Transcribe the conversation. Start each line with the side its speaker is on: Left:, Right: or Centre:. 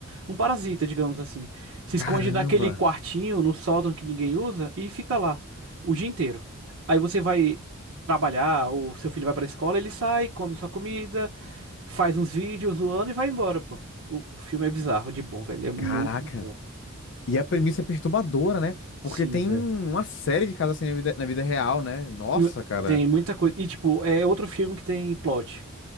Right: um parasita, digamos assim. Se esconde
Left: caramba,
Right: naquele quartinho, no sótão que ninguém usa e fica lá o dia inteiro. Aí você vai trabalhar, ou seu filho vai pra escola, ele sai, come sua comida, faz uns vídeos zoando e vai embora, pô. O, o filme é bizarro de bom, velho. É muito
Left: caraca.
Right: bom.
Left: E a premissa é perturbadora, né?
Right: Sim,
Left: Porque tem
Right: velho.
Left: uma série de casos assim na vida, na vida real, né? Nossa,
Right: Não-
Left: cara.
Right: Tem muita coisa. E, tipo, é outro filme que tem plot.